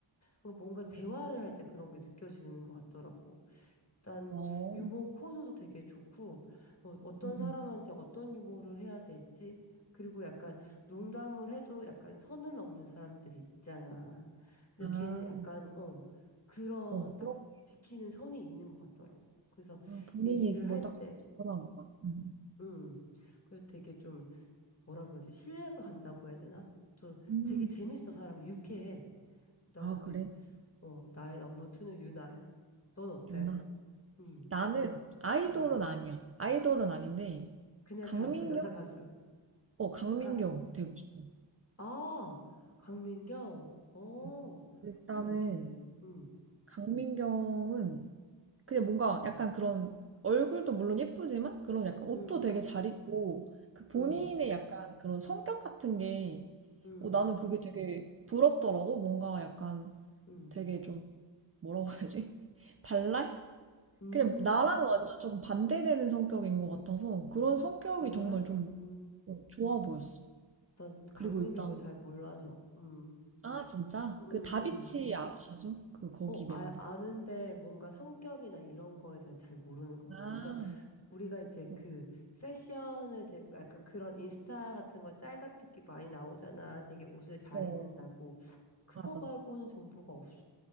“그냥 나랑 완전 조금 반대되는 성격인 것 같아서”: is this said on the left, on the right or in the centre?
Right